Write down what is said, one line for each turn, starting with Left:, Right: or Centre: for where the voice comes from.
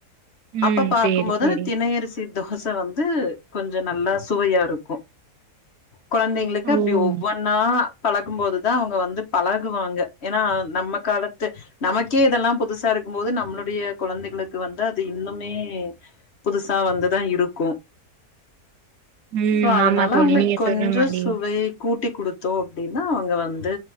Right: ம்
Left: அப்ப பாக்கும்போது
Right: சேரி சேரி
Left: அந்த தினையரிசி தோச வந்து கொஞ்சோ நல்லா சுவையா இருக்கு கொழந்தைங்களுக்கு அப்டி
Right: ம்
Left: ஒவ்வொன்னா பழக்கும் போதுதா அவங்க வந்து பழகுவாங்க ஏனா நம்ம காலத்து நமக்கே இதெல்லா புதுசா இருக்கும் போது நம்மளுடைய கொழந்தைகளுக்கு வந்து அது இன்னுமே புதுசா வந்துதா இருக்கு
Right: ம்
Left: சோ அதனால
Right: ஆமா தோழி
Left: அவங்களுக்
Right: நீங்க
Left: கொஞ்சோ
Right: சொன்ன மாரி
Left: சுவை கூட்டி குடுத்தோ அப்டின்னா அவங்க வந்து